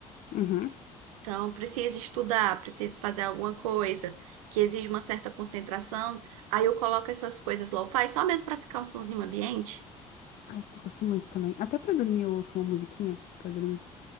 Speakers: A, on the left; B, on the right.
A: Uhum.
B: Então, preciso estudar, preciso fazer alguma coisa que exige uma certa concentração. Aí eu coloco essas coisas lo-fi só mesmo pra ficar um sonzinho ambiente.
A: Ah, isso eu gosto muito também. Até pra dormir eu ouço uma musiquinha pra dormir.